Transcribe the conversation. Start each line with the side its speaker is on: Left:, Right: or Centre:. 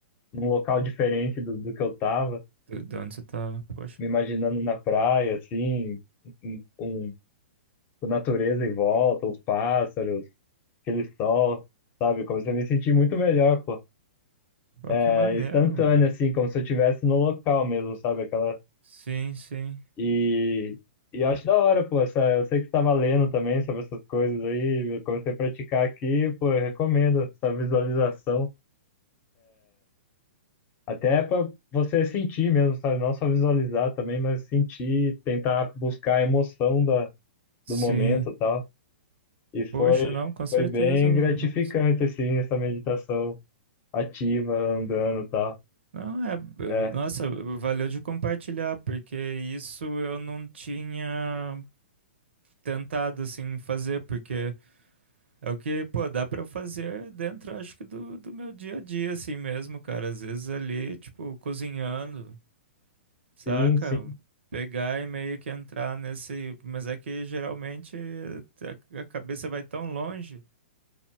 Left: num local diferente do, do que eu tava,
Right: De de onde você tava? Poxa.
Left: me imaginando na praia assim, um, um a natureza em volta, os pássaros, aquele sol, sabe? Comecei a me sentir muito melhor, pô.
Right: Pô, que
Left: É
Right: maneiro,
Left: instantâneo,
Right: mano.
Left: assim, como se eu estivesse no local mesmo, sabe? Aquela.
Right: Sim, sim.
Left: E, e eu acho da hora, pô. Essa... Eu sei que você estava lendo também sobre essas coisas aí. Eu comecei a praticar aqui, pô, eu recomendo essa visualização. Até para você sentir mesmo, sabe? Não só visualizar também, mas sentir, tentar buscar a emoção da,
Right: Sim.
Left: do momento e tal. E foi,
Right: Poxa, não, com certeza,
Left: foi bem
Right: mano.
Left: gratificante,
Right: Nossa.
Left: assim, essa meditação. ativa, andando e tal.
Right: Não, é. eh,
Left: É,
Right: Nossa, valeu de compartilhar, porque isso eu não tinha tentado, assim, fazer, porque é o que, pô, dá pra eu fazer dentro, acho que, do, do meu dia a dia, assim mesmo, cara. Às vezes ali, tipo, cozinhando. Saca?
Left: sim, sim.
Right: Pegar e meio que entrar nesse. Mas é que geralmente a a cabeça vai tão longe